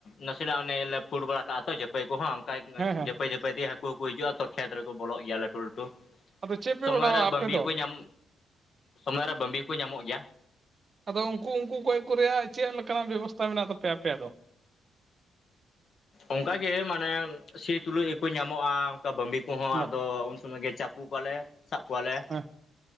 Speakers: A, on the left; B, on the right.
A: ᱱᱟᱥᱮᱱᱟᱜ ᱚᱱᱮ ᱞᱮ ᱯᱷᱩᱲ ᱵᱟᱲᱟ ᱠᱟᱜᱼᱟᱛᱚ ᱡᱟᱯᱩ ᱡᱟᱹᱯᱟᱹᱭ ᱠᱚᱦᱚᱸ ᱚᱱᱠᱟ
B: ᱦᱮᱸ ᱦᱮᱸ
A: ᱡᱟᱹᱯᱟᱹᱭ ᱡᱟᱹᱯᱟᱹᱭ ᱛᱮᱜᱮ ᱦᱟᱹᱠᱩ ᱦᱚᱸᱠᱚ ᱦᱤᱡᱩᱜᱼᱟ ᱛᱚ ᱠᱷᱮᱛ ᱨᱮᱠᱚ ᱵᱚᱞᱚᱜ ᱜᱮᱭᱟ ᱞᱟᱹᱴᱩ ᱞᱟᱹᱴᱩ
B: ᱟᱫᱚ ᱪᱮᱫ ᱯᱮ
A: ᱥᱚᱢᱚᱭ
B: ᱚᱰᱟᱣᱟ
A: ᱨᱮ
B: ᱟᱯᱮ
A: ᱵᱟᱹᱵᱤ
B: ᱫᱚ
A: ᱦᱚᱸᱠᱚ ᱧᱟᱢ ᱥᱚᱢᱚᱭ ᱨᱮ ᱵᱟᱹᱵᱤ ᱦᱚᱸᱠᱚ ᱧᱟᱢᱚᱜ ᱜᱮᱭᱟ ᱾
B: ᱟᱫᱚ ᱩᱱᱠᱩ ᱩᱱᱠᱩ ᱜᱚᱡ ᱠᱚ ᱨᱮᱭᱟᱜ ᱪᱮᱫ ᱞᱮᱠᱟᱱᱟᱜ ᱵᱮᱵᱚᱥᱛᱟ ᱢᱮᱱᱟᱜ ᱛᱟᱯᱮᱭᱟ ᱟᱯᱮᱭᱟᱜ ᱫᱚ?
A: ᱚᱱᱠᱟ ᱜᱮ ᱢᱟᱱᱮ ᱥᱤ ᱛᱩᱞᱩᱡ ᱜᱮᱠᱚ ᱧᱟᱢᱚᱜᱼᱟ ᱚᱱᱠᱟ ᱵᱟᱺᱵᱤ ᱠᱚᱦᱚᱸ
B: ᱫᱟ
A: ᱟᱫᱚ ᱩᱱ ᱥᱚᱢᱚᱭ ᱜᱮ ᱪᱟᱯ ᱪᱟᱯᱩ ᱠᱚᱣᱟᱞᱮ ᱥᱟᱵ ᱠᱚᱣᱟᱞᱮ
B: ᱦᱮᱸ